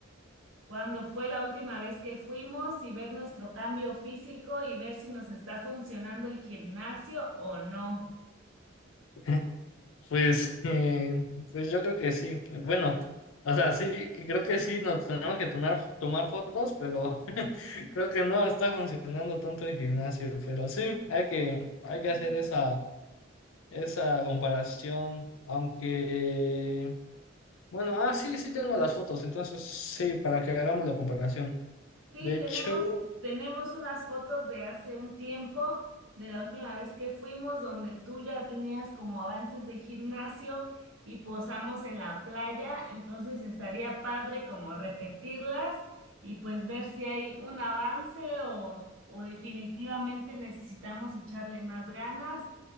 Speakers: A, on the right; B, on the left.
A: cuándo fue la última vez que fuimos y ver nuestro cambio físico y ver si nos está funcionando el gimnasio o no.
B: <laughs> Pues, eh, pues yo creo que sí. Bueno, o sea, sí, que creo que sí nos tenemos que tomar, tomar fotos, pero <laughs> creo que no está funcionando tanto el gimnasio. Pero sí, hay que, hay
A: <laughs> Ujú.
B: que hacer esa, esa comparación, aunque... Bueno, ah, sí, sí tengo las fotos, entonces sí, para que hagamos la comparación.
A: Sí,
B: De
A: tenemos,
B: hecho,
A: tenemos unas fotos de hace un tiempo, de la última vez que fuimos, donde tú ya tenías como avances de gimnasio y posamos en la playa, entonces estaría padre como repetirlas y pues ver si hay un avance o, o definitivamente necesitamos echarle más ganas